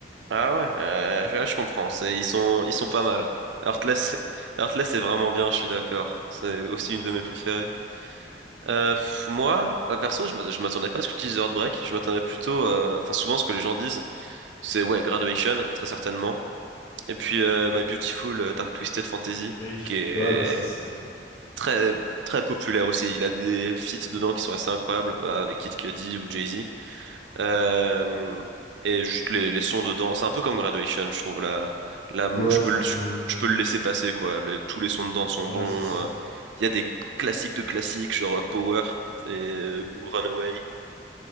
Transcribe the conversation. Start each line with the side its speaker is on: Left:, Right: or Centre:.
Right: Ah ouais, euh, ouais, je comprends. C'est, ils sont, ils sont pas mal. Heartless, Heartless est vraiment bien, je suis d'accord. C'est aussi une de mes préférées. Euh, pff, moi, euh, perso, je m'att- je m'attendais pas à ce que tu dises Heartbreak. Je m'attendais plutôt, euh, enfin, souvent, ce que les gens disent, c'est ouais, Graduation, très certainement. Et puis, euh, My Beautiful euh, Dark Twisted Fantasy,
Left: Oui.
Right: qui est
Left: Ouais, bah ça c'est.
Right: très, très populaire aussi. Il a des feats dedans qui sont assez incroyables, bah, avec Kid Cudi ou Jay-Z. Euh, et juste les, les sons dedans, c'est un peu comme Graduation, je trouve. Là, là
Left: Ouais,
Right: je peux
Left: c'est
Right: le,
Left: un peu.
Right: je, je peux le laisser passer, quoi. Les- tous les sons dedans sont
Left: Ouais,
Right: bons.
Left: c'est ça.
Right: euh. Il y a des classiques de classiques, genre Power et, ou Runaway.